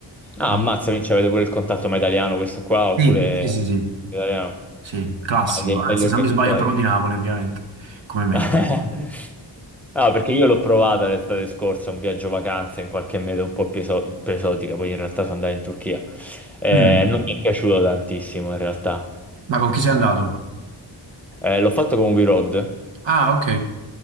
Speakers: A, in the centre; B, on the right.
A: Ah,
B: Ma-
A: ammazza, quindi avete pure il contatto, ma italiano questo qua oppure
B: Sì, sì, sì, sì,
A: italiano?
B: sì, classico,
A: Ah, siete
B: anzi
A: belli organizzati.
B: se non mi sbaglio è proprio di Napoli ovviamente, come me.
A: <laughs> No, perché io l'ho provata l'estate scorsa, un viaggio vacanze in qualche meta un po' più eso- più esotica, poi in realtà sono andato in Turchia. Eh,
B: Mm,
A: non mi è piaciuto tantissimo in realtà.
B: Ma con chi sei andato?
A: Eh, l'ho fatto con WeRoad
B: Ah, ok.